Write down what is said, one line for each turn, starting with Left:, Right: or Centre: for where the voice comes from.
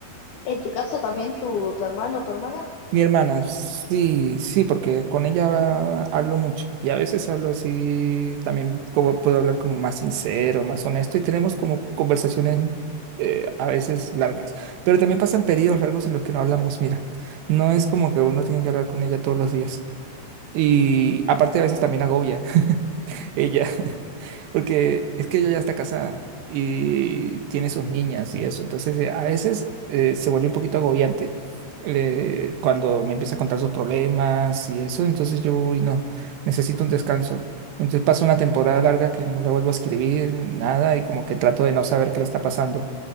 Left: En tu caso también tu, tu hermano o tu hermana,
Right: Mi hermana. Sí, sí, porque con ella hablo mucho. Y a veces hablo así también, como puedo hablar como más sincero, más honesto. Y tenemos como conversaciones eh, a veces largas. Pero también pasan periodos largos en los que no hablamos. Mira, no es como que uno tiene que hablar con ella todos los días. Y aparte a veces también agobia <laughs> ella. Porque es que ella ya está casada y tiene sus niñas y eso. Entonces, eh, a veces eh, se vuelve un poquito agobiante eh, cuando me empieza a contar sus problemas y eso. Entonces yo, uy, no, necesito un descanso. Entonces paso una temporada larga que no le vuelvo a escribir, nada, y como que trato de no saber qué le está pasando.